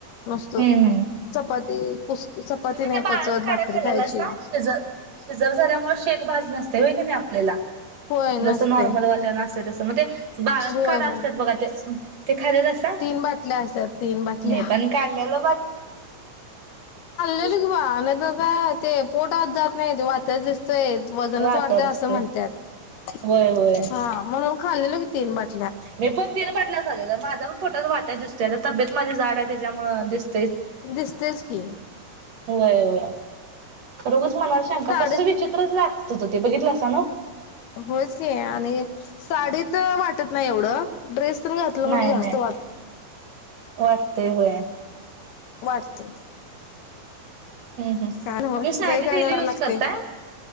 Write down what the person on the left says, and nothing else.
नसतो
चपाती कुस चपाती
नाही
पचत
भाकरी
खायची
होय
नसते
होय
होय
तीन बाटल्या असतात तीन बाटल्या
<unintelligible>
बा आणि काय ते पोटात जात नाय वातच दिस तय वजनच
वाढतय
असं म्हणत्यात
हा म्हणून खाल्लेलं मी तीन बाट
दिसतयच की,
साडीत
होयच की आणि साडी त वाटत नाय एवढं ड्रेस ड्रेस तेन घातलं म्हणजे
जास्त
वाट
वाटतय.
कायचं
लय गार
गार
लागतय